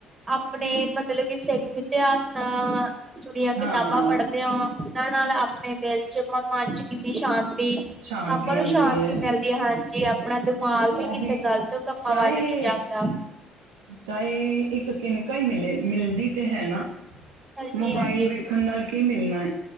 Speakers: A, on the right; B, on the right.
A: ਆਪਣੇ ਮਤਲਬ ਕਿ ਸਿੱਖ ਇਤਿਹਾਸ ਨਾਲ ਜੁੜੀਆਂ ਕਿਤਾਬਾਂ
B: ਹਾਂ
A: ਪੜ੍ਹਦੇ ਓ ਉਨਾਂ ਨਾਲ ਆਪਣੇ ਦਿਲ ਚ ਮਨ ਚ ਕਿੰਨੀ ਸ਼ਾਂਤੀ
B: ਸ਼ਾਂਤੀ
A: ਆਪਾਂ ਨੂੰ
B: ਆਉਂਦੀ
A: ਸ਼ਾਂਤੀ
B: ਹੈ
A: ਮਿਲਦੀ ਆ, ਹਾਂਜੀ ਆਪਣਾ ਦ ਦਿਮਾਗ
B: ਉਹੀ
A: ਵੀ ਕਿਸੇ ਗਲਤ ਕੰਮਾਂ
B: ਚਾਹੇ
A: ਵੱਲ ਨੀ ਜਾਂਦਾ
B: ਚਾਹੇ ਇੱਕ ਕਿਨਕਾ ਹੀ ਮਿਲੇ ਮਿਲਦੀ ਤੇ ਹੈ ਨਾ
A: ਹਾਂਜੀ-ਹਾਂਜੀ,
B: ਮੋਬਾਇਲ ਵੇਖਣ ਨਾਲ ਕੀ ਮਿਲਣਾ ਐ,